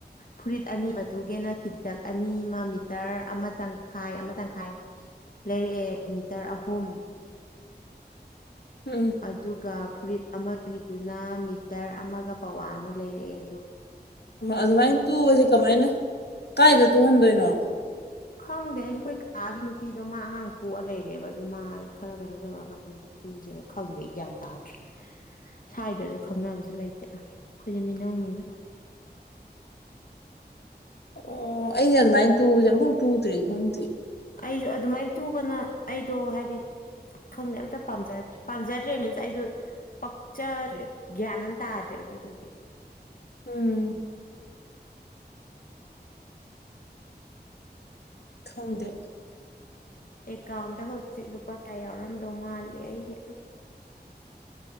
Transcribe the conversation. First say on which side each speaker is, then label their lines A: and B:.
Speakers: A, on the left; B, on the left.
A: ꯐꯨꯔꯤꯠ ꯑꯅꯤ ꯃꯇꯨꯒꯦꯅ ꯐꯤꯗꯛ ꯑꯅꯤ ꯑꯃ ꯃꯤꯇꯔ ꯑꯃ ꯇꯪꯈꯥꯏ ꯑꯃ ꯇꯪꯈꯥꯏ ꯂꯩꯔꯛꯑꯦ ꯃꯤꯇꯔ ꯑꯍꯨꯝ
B: ꯎꯝ
A: ꯑꯗꯨꯒ ꯐꯨꯔꯤꯠ ꯑꯃꯒꯤꯗꯨꯅ ꯃꯤꯇꯔ ꯑꯃꯒ ꯄꯋꯥ ꯑꯃ ꯂꯩꯔꯛꯑꯦ ꯑꯗꯣ
B: ꯑꯗꯨꯃꯥꯏꯅ ꯇꯨꯕꯁꯦ ꯀꯃꯥꯏꯅ ꯀꯥꯏꯗ ꯇꯨꯍꯟꯗꯣꯏꯅꯣ?
A: ꯈꯪꯗꯦ ꯑꯩꯁꯨ ꯑꯩꯈꯣꯏ ꯀꯥꯒꯤ ꯅꯨꯄꯤꯗꯣ ꯃꯥ ꯑꯉꯥꯡ ꯇꯣꯛꯑ ꯂꯩꯔꯦꯕ ꯑꯗꯨ ꯃꯥ ꯈꯔ ꯀꯩꯅꯣ ꯇꯧꯔꯛꯀꯥꯟꯗ꯫ ꯇꯨꯖꯔꯛ ꯈꯪꯗꯦ ꯒ꯭ꯌꯥꯟ ꯇꯥꯗ꯭ꯔꯤ ꯁ꯭ꯋꯥꯏꯗꯁꯨ ꯈꯪꯅꯕꯁꯨ ꯂꯩꯇꯦ ꯑꯩꯈꯣꯏꯗꯤ ꯃꯤꯅꯧꯅꯤꯅ
B: ꯑꯣ ꯑꯩꯩꯗꯤ ꯑꯗꯨꯃꯥꯏꯅ ꯇꯨꯕꯁꯦ ꯑꯃꯝꯐꯥꯎ ꯇꯨꯗ꯭ꯔꯤ ꯈꯪꯗꯦ꯫
A: ꯑꯩꯁꯨ ꯑꯗꯨꯃꯥꯏ ꯇꯨꯕꯅ ꯑꯩꯗꯣ ꯍꯥꯏꯗꯤ ꯈꯪꯗꯦ ꯑꯝꯇ ꯄꯥꯝꯖ ꯄꯥꯝꯖꯗ꯭ꯔꯦ ꯃꯤꯟꯁ ꯑꯩꯗꯣ ꯄꯛꯆꯔꯦ ꯒ꯭ꯌꯥꯟ ꯑꯃ ꯇꯥꯔꯦ ꯑꯗꯨꯗꯨꯒꯤ
B: ꯎꯝ ꯈꯪꯗꯦ꯫
A: ꯑꯦꯀꯥꯎꯟꯗ ꯍꯧꯖꯤꯛ ꯂꯨꯄꯥ ꯀꯌꯥ ꯌꯥꯎꯔꯝꯗꯧ ꯃꯥꯜꯂꯤ ꯑꯩꯒꯤ